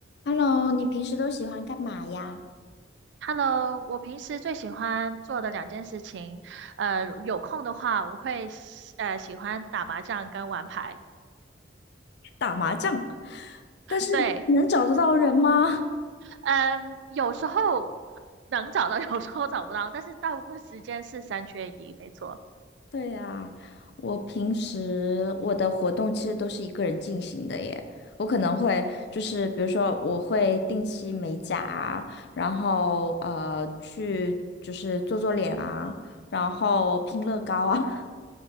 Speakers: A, on the left (about 60°); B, on the right (about 65°).
A: Hello，你平时都喜欢干嘛呀？
B: Hello，我平时最喜欢做的两件事情，呃，有空的话，我会喜呃喜欢打麻将跟玩牌。
A: 打麻将，但是能找得到人吗？
B: 对，嗯，有时候能找到，<laughs> 有时候找不到，但是大部分时间是三缺一，没错。
A: <laughs> 对呀，我平时我的活动其实都是一个人进行的耶。我可能会就是比如说我会定期美甲啊，然后呃去就是做做脸啊，然后拼乐高啊。<laughs>